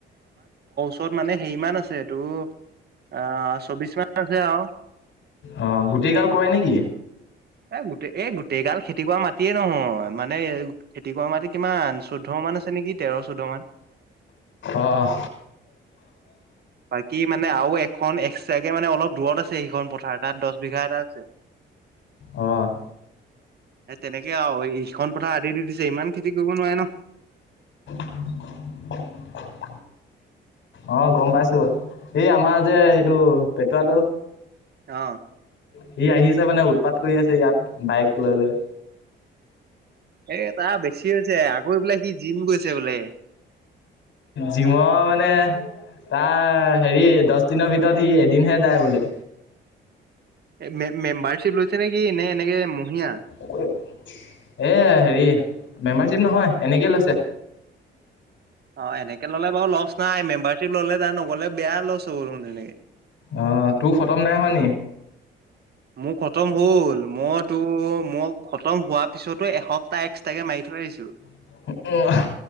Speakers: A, on the right; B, on the left.
A: ত মানে হেৰিমান আছে এইটো। অহ চৌবিশ মান আছে আও।
B: অঁ গোটেইগাল কৰে নেকি
A: এ গোটেই এই গোটেইগাল খেতি কৰা মাটিয়ে নহয়, মানে খেতি কৰা মাটি কিমান চৈধ্য মান আছে নেকি তেৰ চৈধ্য মান।
B: অঁ
A: বাকী মানে আৰু এক খন এক্সট্ৰাকে মানে অলপ দূৰত আছে সেইখন পথাৰ তাত দহ বিঘা এটা আছে।
B: অ'।
A: এ তেনেকে আৰু ইখন পথাৰ আদি দি দিছে ইমান খেতি কৰিব নোৱাৰে ন।
B: <inaudible> অহ গম পাইছো এই আমাৰ যে এইটো পেটুৱাটো।
A: অ'।
B: সি আহিছে মানে উৎপাত কৰি আছে ইয়াত বাইক লৈ- লৈ।
A: এ তা বেছি হৈছে আকৌ এই বোলে সি জিম গৈছে বোলে।
B: জিমৰ মানে তাৰ হেৰি দচ দিনৰ ভিতৰত সি এদিনহে যায় বোলে।
A: এ মেম মেম্বাৰশ্বিপ লৈছে নেকি নে এনেকে মহিয়া।
B: কৈ এ হেৰি মেম্বাৰশ্বিপ নহয় এনেকেই লৈছে।
A: অ' এনেকে ল'লে বাৰু লছ নাই মেম্বাৰশ্বিপ ল'লে তাৰ নগ'লে বেয়া লছ হ'ব চোন তেনেকে।
B: অহ তোৰ খতম নাই হোৱা নি।
A: মোৰ খতম হ'ল মইতো মই খতম হোৱাৰ পিছতো এসপ্তাহ এক্সট্ৰাকে মাৰি থৈ আহিছোঁ
B: উম,